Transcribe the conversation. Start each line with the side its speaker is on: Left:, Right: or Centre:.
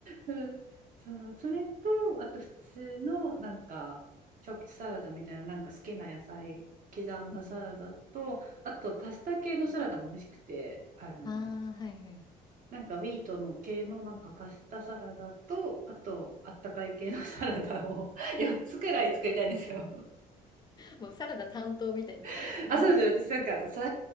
Right: うんそう、それと、あと普通のなんか、チョップサラダみたいな、なんか好きな野菜刻んだサラダと、
Left: うん。
Right: あとパスタ系のサラダも欲しくて、あの、
Left: ああ、はいはい。
Right: なんかウィートの系のなんかパスタサラダと、あとあったかい系の <laughs> サラダを4つくらい作りたいんですよ。
Left: <laughs> もうサラダ担当みたいになってます。
Right: <laughs>
Left: <laughs> な
Right: あ、そうです。私なんかサ、